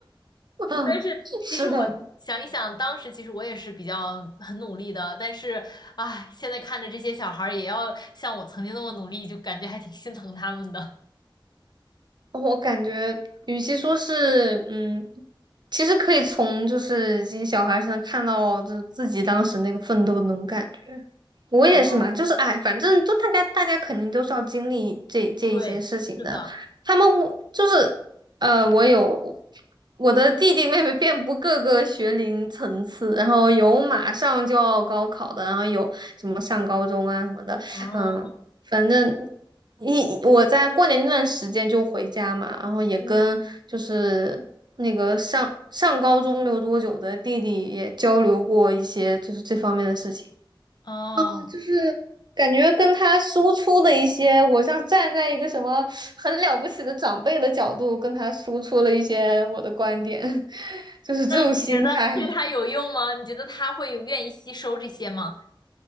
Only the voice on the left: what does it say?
但是其实我想一想，
当时其实我也是比较很努力的，但是唉，现在看着这些小孩儿也要像我曾经那么努力，就感觉还挺心疼他们的。
哦，
对，是的，
哦，
嗯，哦。
那你觉得对他有用吗？你觉得他会有愿意吸收这些吗？